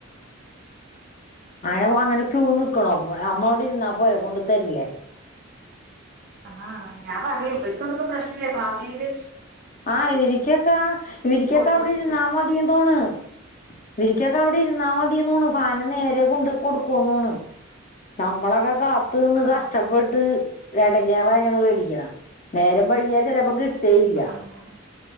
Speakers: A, on the left (about 40°); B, on the right (about 45°).
A: അയിഓൻ അങ്ങനെക്ക് പുവാൻ നിക്കണോ പുവാൻ അമ്മോട് ഇുന്ന പോരെ കൊണ്ടുതരില്ലേ
B: ആ ഞാൻ പറയും എപ്പയിക്കെ പ്രശ്നില്ല ക്ലാസ്സില്ല്
A: ആഹ് ഇവരിക്കൊക്കെ ഇവരിക്കൊക്കെ
B: കൊടുക്കും
A: അവിടെ ഇരുന്നാ മതിയന്ന് തോണ് ഇവരിക്കൊക്കെ അവിടെ ഇരി ഇരുന്ന് മതിന്നോണു സാനം നേരെ കൊണ്ട് കൊടുക്കുവോന്നോണ് നമ്മളൊക്കെ കാ പത്തിന്ന്
B: ആഹ്
A: കഷ്ടപ്പെട്ട് ഇടങ്ങേറായാണ് മേടിക്കണം നേരം വഴിയാ ചിലപ്പോ കിട്ടോല്ല
B: അങ്ങനെ